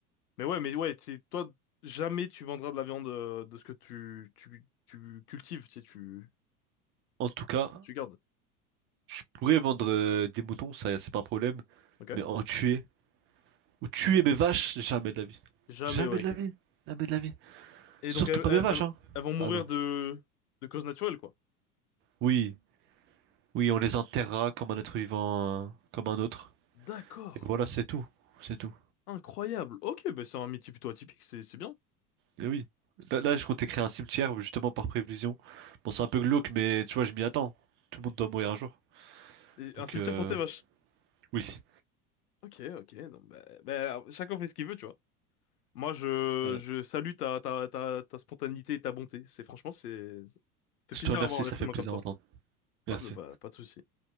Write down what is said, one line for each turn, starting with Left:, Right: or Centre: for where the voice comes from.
Left: mais ouais, mais ouais, c'est toi, jamais tu vendras de la viande euh, de ce que tu, tu, tu cultives, tu sais, tu,
Right: En tout cas,
Left: que tu gardes.
Right: je pourrais vendre euh, des moutons, ça c'est pas un problème,
Left: Ok?
Right: mais en tuer ou tuer
Left: J-
Right: mes vaches, jamais de la vie,
Left: jamais,
Right: jamais
Left: ouais,
Right: de la
Left: ok.
Right: vie, jamais de la vie,
Left: Et
Right: surtout
Left: donc elles,
Right: pas
Left: elles-
Right: mes vaches
Left: elles-
Right: hein.
Left: elles vont mourir
Right: Ah non.
Left: de, de causes naturelles, quoi.
Right: Oui, oui, on les enterrera comme un être vivant, euh, comme un autre.
Left: D'accord.
Right: Et voilà, c'est tout. C'est tout.
Left: Incroyable. Ok, bah c'est un métier plutôt atypique, c'est c'est bien.
Right: Et oui. Là, là, je comptais créer un cimetière justement par prévision. Bon, c'est un peu glauque, mais tu vois, je m'y attends. Tout le monde doit mourir un jour.
Left: Et
Right: Donc,
Left: Un cimetière
Right: euh,
Left: pour tes vaches.
Right: oui.
Left: Ok, ok. non, bah, bah, chacun fait ce qu'il veut, tu vois. Moi, je,
Right: Euh,
Left: je salue ta, ta, ta, ta spontanéité et ta bonté. C'est franchement, c'est ça fait
Right: je
Left: plaisir
Right: te remercie,
Left: d'avoir un
Right: ça
Left: être
Right: fait
Left: humain
Right: plaisir
Left: comme toi.
Right: d'entendre. Merci.
Left: Ah, bah, bah, pas de souci.